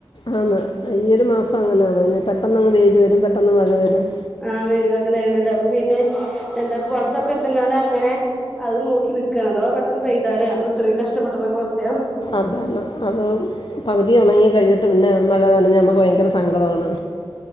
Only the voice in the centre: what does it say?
ആ വരുവാൊെ നേണണ്ട അപ്പൊ പിന്നെ എന്താ പുൊറത്തൊക്കെ പങ്ങാണ്ട് അങ്ങനെ അത് നോക്കി നിക്കക്കാ അഥവാ പെട്ടെന്ന് പെയ്താൽ നമ്മൾ ഇത്രയും കഷ്ടപ്പെട്ടൊക്കെുതാും